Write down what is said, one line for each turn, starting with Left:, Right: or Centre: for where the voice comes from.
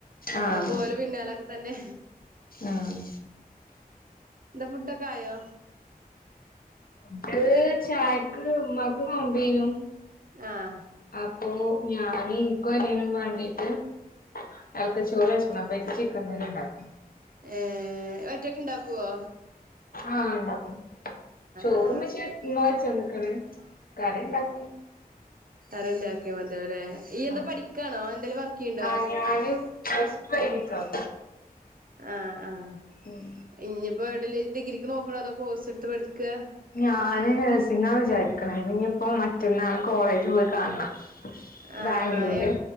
Left: ആഹ്
Right: ഇന്നിപ്പോല് പിന്നാലൊക്കെ തന്നെ
Left: ആഹ്
Right: എന്താ ഫുഡ്ഡൊക്കായോ
Left: അത് ചായക്ക് ഉമ്മാക്ക് നോമ്പീനു
Right: ആഹ്
Left: അപ്പൊ ഞാന് ഇനിക്കും അനിയനും വേണ്ടീട്ട് അയാൽക്ക് ചോറ് വെച്ചക്കണം അപ്പ അയാക്ക് ചിക്കൻ കറി ഉണ്ടാക്കും
Right: ഏ ഒറ്റയ്ക്ക് ഉണ്ടാക്കുവോ
Left: ആഹ് ഉണ്ടാക്കും ചോറും
Right: ആ
Left: <unintelligible> ഉമ്മ വച്ചന്നേക്കണ് കറി ഉണ്ടാക്കും
Right: കറിണ്ടാക്കിയാ മതിയാവൂലേ ഇയ്യ് എന്താ
Left: ആഹ്
Right: പഠിക്കാണോ എന്തെലും വർക്ക് ചെയ്യ്ണ്ടോ
Left: ആഹ് ഞാന് <inaudible>
Right: ആഹ് ആഹ്
Left: ഉം
Right: ഇനിയിപ്പോ എവിടെലും ഡിഗ്രിക്ക് നോക്ക്ണ്ടോ അതോ കോഴ്സ് ഇടുത്ത് പഠിക്കെ
Left: ഞാന് നഴ്സിങ്ങാ വിചാരിക്ക്ണെ ഇനിയിപ്പോ മറ്റന്നാള് കോളേജ് പോയി കാണണം
Right: ആഹ്
Left: ബാംഗ്ലൂര്
Right: ആഹ്